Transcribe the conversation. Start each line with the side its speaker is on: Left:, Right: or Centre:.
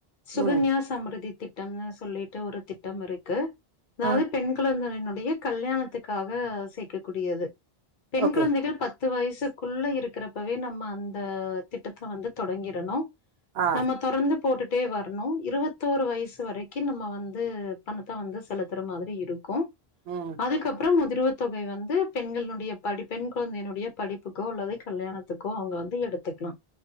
Left: சுகன்யா
Right: ம்
Left: சம்ரிதி திட்டம்னு சொல்லிட்டு ஒரு திட்டம் இருக்கு அதாவது
Right: ஆ
Left: பெண்கள <unintelligible> டைய கல்யாணத்துக்காக சேக்கக் கூடியது பெண்
Right: ஓகே
Left: குழந்தைகள் பத் பத்து வயசுக்குள்ளே இருக்கிறப்பவே நம்ம அந்த திட்டத்த வந்து தொடங்கிறணும்
Right: ஆ
Left: நம்ம தொடர்ந்து போட்டுட் டே வர்ணும் இருவத்தோரு வயசு வரைக்கும் நம்ம வந்து பணத்த வந்து செலுத்துற மாரி இருக்கும்
Right: ம்
Left: அதுக்கப்பறம் முதிர்வு தொகை வந்து பெண்களுடைய படிப் பெண் குழந்தையினுடைய படிப்புக்கோ அல்லது கல்யாணத்துக்கோ அவுங்க வந்து எடுத்துக்கலாம்